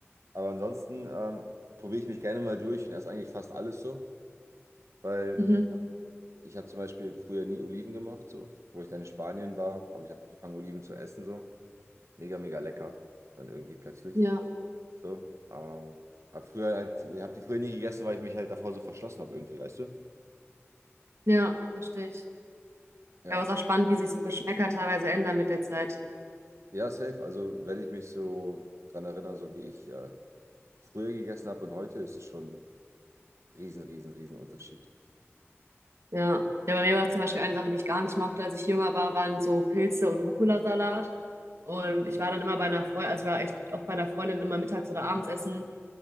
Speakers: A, on the right; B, on the right.
A: aber ansonsten ähm, probiere ich mich gerne mal durch und esse eigentlich fast alles so, weil
B: Mhm.
A: ich habe zum Beispiel früher nie Oliven gemacht, so. Wo ich dann in Spanien war, habe ich dann angefangen, Oliven zu essen, so. Mega, mega lecker, dann irgendwie plötzlich.
B: Ja,
A: So, ähm, hab früher halt, ich habe die früher nie gegessen, weil ich mich halt davor so verschlossen habe irgendwie, weißt du?
B: ja, verstehe ich.
A: Ja,
B: Ja, aber es ist auch spannend, wie sich so Geschmäcker teilweise ändern mit der Zeit.
A: ja, safe. Also wenn ich mich so dran erinnere, so wie ich äh, früher gegessen habe und heute, ist es schon riesen, riesen, riesen Unterschied.
B: Ja. Ja, bei mir war es zum Beispiel eine Sache, die ich gar nicht mochte, als ich jünger war, waren so Pilze und Rucola-Salat. Und ich war dann immer bei einer Freundin, also ich war echt oft bei einer Freundin immer mittags oder abends essen.